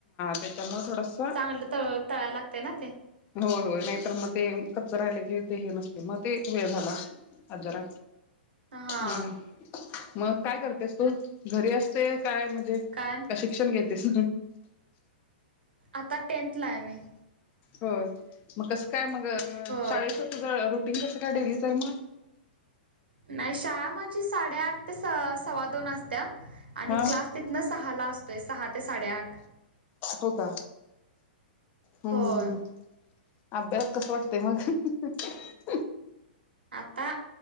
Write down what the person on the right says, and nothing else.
चांगलं तळ तळायला लागतय ना ते.
हा
का
आता टेन्थ ला आहे मी.
हो
नाही. शाळा माझी साडे आठ ते सव्वा दोन असत्या आणि
क्लास तिथनं सहाला असतोय. सहा ते साडेआठ.
होय
आता